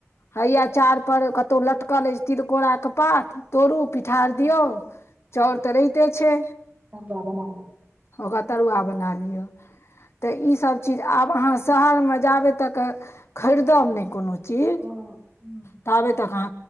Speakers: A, on the left; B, on the right.
A: हैया चार पर कतहु ल कल अछी तिलकोराके पात तोड़ू पिठार दियौ चौउर
B: आलू
A: तऽ रहिते छै
B: तरुआ बना लिअ
A: ओकर‌तरुआ बना लियतऽ ईसभ चीज आब अहाँ शहरमे जाबे तक खरीदब नहि कोनो चीज
B: हँ हँ
A: ताबे त कहाँ